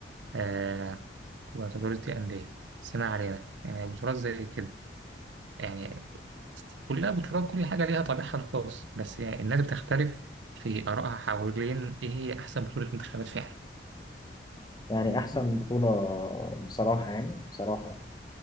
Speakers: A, on the right; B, on the left.
A: آه، كوبا لابتادورس دي اندية بس ما علينا يعني بطولات زي كده يعني كلها بتراعي كل حاجة ليها طابعها الخاص بس يعني الناس بتختلف في آرائها حوالين إيه هي أحسن بطولة منتخبات فعلا
B: يعني أحسن بطولة بصراحة يعني بصراحة